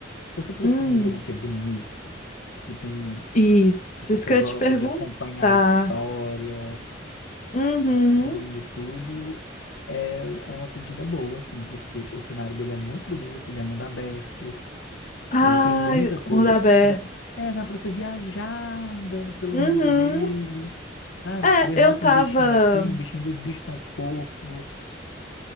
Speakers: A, on the left; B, on the left.
A: Se você procura
B: Hum,
A: um jogo que é bonito, que tem,
B: isso,
A: que se
B: isso
A: você
B: que
A: gosta
B: eu ia te perguntar.
A: de acompanhar a história,
B: Uhum.
A: assim, e tudo, é, é uma pedida boa, assim, porque o cenário dele é muito bonito, ele é mundo aberto,
B: Ai,
A: ele tem muita coisa.
B: mundo aberto.
A: É, dá, é, dá pra você viajar andando pelo
B: Uhum.
A: mundo dele, sabe?
B: É,
A: Você derrota
B: eu tava.
A: um bichinho aqui, um bichinho ali, os bichos são fofos.